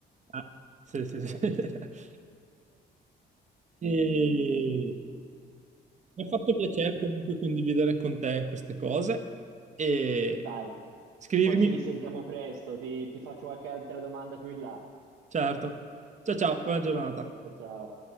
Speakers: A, on the right (about 35°); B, on the right (about 85°).
A: Ah, sì, sì, sì. <laughs> E... Mi ha fatto piacere comunque condividere con te queste cose. E
B: Dai,
A: Scrivimi,
B: ci- poi ci risentiamo presto, ti, ti faccio qualche altra domanda più in là.
A: certo. Ciao ciao, buona giornata.
B: Ciao.